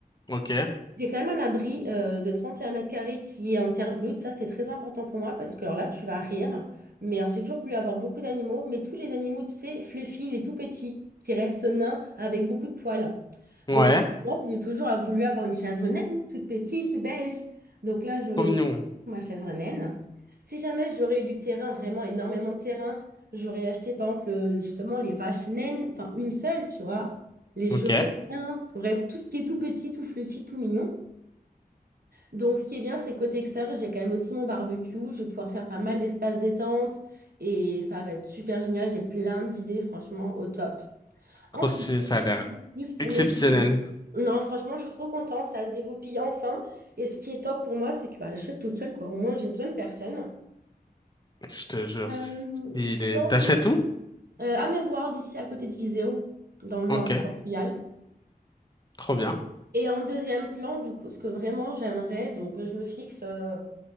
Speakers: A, on the left (about 25°); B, on the right (about 70°).
A: Ok.
B: J'ai quand même un abri euh, de 31 mètres carrés qui est en terre brute. Ça, c'était très important pour moi parce que alors là, tu vas rire. Mais alors, j'ai toujours voulu avoir beaucoup d'animaux, mais tous les animaux, tu sais, fluffy, les tout petits, qui restent nains avec beaucoup de poils.
A: Ouais.
B: Donc, par exemple, j'ai toujours voulu avoir une chèvre naine, toute petite, beige. Donc là, j'aurais
A: Trop mignon.
B: dû prendre ma chèvre naine. Si jamais j'aurais eu du terrain, vraiment énormément de terrain, j'aurais acheté, par exemple, euh, justement, les vaches naines, enfin, une seule, tu vois, les
A: Ok.
B: chevaux. Bien. Bref, tout ce qui est tout petit, tout fluffy, tout mignon. Donc, ce qui est bien, c'est côté extérieur, j'ai quand même aussi mon barbecue. Je vais pouvoir faire pas mal d'espace détente et ça va être super génial. J'ai plein d'idées, franchement, au top.
A: Trop
B: Ensuite,
A: stylé,
B: côté
A: ça a l'air
B: plus pour
A: exceptionnel.
B: mes vides. Non, franchement, je suis trop contente. Ça se dégoupille enfin. Et ce qui est top pour moi, c'est que bah, j'achète toute seule, quoi. Au moins, j'ai besoin de personne.
A: Je te jure.
B: Euh,
A: c'est- Il est...
B: dans
A: T'achètes
B: mon-
A: tout?
B: euh, à Menguarde, ici à côté de Viseu, dans le
A: Ok.
B: nord du Portugal.
A: Trop bien.
B: Et en deuxième plan, du coup, ce que vraiment j'aimerais, donc euh, je me fixe euh,